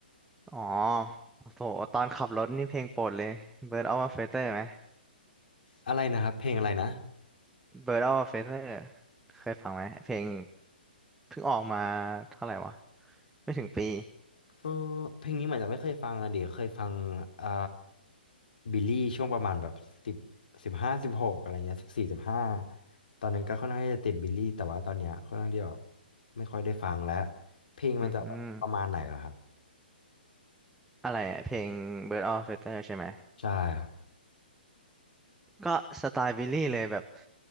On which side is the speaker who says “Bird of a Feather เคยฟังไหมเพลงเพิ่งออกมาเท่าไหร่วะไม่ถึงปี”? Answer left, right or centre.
Centre